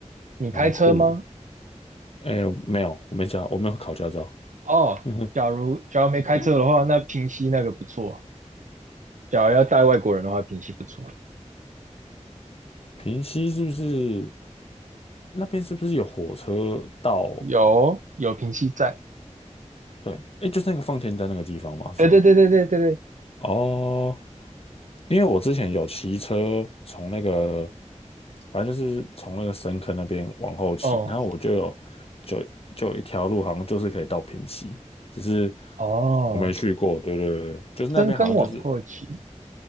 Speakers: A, on the right (about 85°); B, on the left (about 50°).
A: 你开车吗？
B: 蛮酷的。哎，没有，我没驾，我没有考驾照。
A: 哦，
B: <laughs>
A: 假如假如没开车的话，
B: 哦，
A: 那平溪那个不错。假如要带外国人的话，平溪不错，
B: 平溪是不是那边是不是有火车到？
A: 有有平溪在。
B: 对，哎，就是那个放天灯那个地方嘛，是吗？
A: 对对对对对对对。
B: 哦，因为我之前有骑车从那个，反正就是从那个深坑那边往后骑，
A: 哦
B: 然后我就有就就有一条路好像就是可以到平溪，只是
A: 哦，
B: 我没去过，对对对，就是那边好像就是
A: 深坑往后骑。